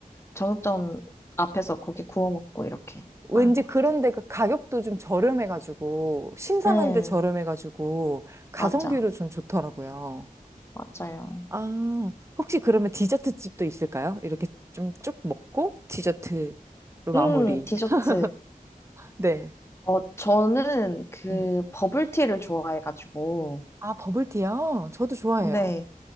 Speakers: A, on the left; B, on the right.
A: 정육점 앞에서 고기 구워 먹고, 이렇게
B: 왠지
A: 하는 것
B: 그런
A: 같아요.
B: 데가 가격도 좀 저렴해가지고, 신선한데
A: 네,
B: 저렴해가지고, 가성비로
A: 맞아.
B: 좀 좋더라고요.
A: 맞아요.
B: 아, 혹시 그러면 디저트 집도 있을까요? 이렇게 좀 쭉 먹고 디저트로 마무리.
A: 음, 디저트.
B: <laughs> 네.
A: 어, 저는 그
B: 음.
A: 버블티를 좋아해가지고,
B: 아, 버블티요? 저도 좋아해요.
A: 네.